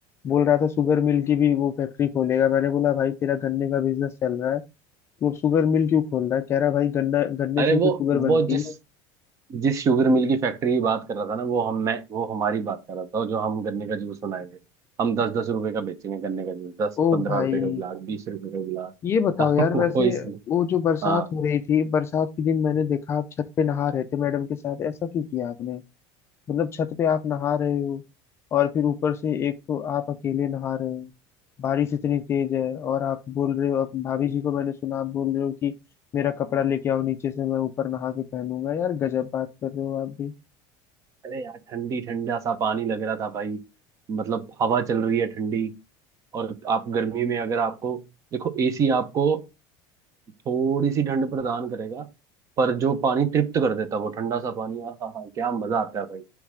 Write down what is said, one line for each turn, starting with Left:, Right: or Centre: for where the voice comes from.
Left: बोल रहा था शुगर मिल की भी वो फैक्ट्री खोलेगा मैंने बोला भाई तेरा गन्ने का बिजनेस चल रहा है वो शुगर मिल क्यों खोल रहा है कह रहा है भाई गन्ना गन्ने
Right: अरे
Left: से ही
Right: वो
Left: तो शुगर
Right: वो
Left: बनती
Right: जिस
Left: है
Right: जिस शुगर मिल की फैक्ट्री की बात कर रहा था ना वो हम मैं वो हमारी बात कर रहा था जो हम गन्ने का जूस बनाएंगे हम दस दस रुपए का बेचेंगे गन्ने का जूस दस
Left: ओ
Right: पंद्रह
Left: भाई
Right: रुपए का गिलास बीस रुपए का गिलास
Left: ये बताओ
Right: <laughs>
Left: यार
Right: वो
Left: वैसे
Right: इसमें
Left: वो जो बरसात
Right: हाँ
Left: हो रही थी बरसात के दिन मैंने देखा आप छत पे नहा रहे थे मैडम के साथ ऐसा क्यों किया आपने मतलब छत पे आप नहा रहे हो और फिर ऊपर से एक तो आप अकेले नहा रहे हो बारिश इतनी तेज है और आप बोल रहे हो अब भाभी जी को मैंने सुना आप बोल रहे हो कि मेरा कपड़ा लेके आओ नीचे से मैं ऊपर नहा के पहनूंगा यार गजब बात कर रहे हो आप भी
Right: अरे यार ठंडी ठंडा सा पानी लग रहा था भाई मतलब हवा चल रही है ठंडी और आप गर्मी में अगर आपको देखो एसी आपको थोड़ी सी ठंड प्रदान करेगा पर जो पानी तृप्त कर देता है, वो ठंडा सा पानी आहा हा क्या मजा आता है भाई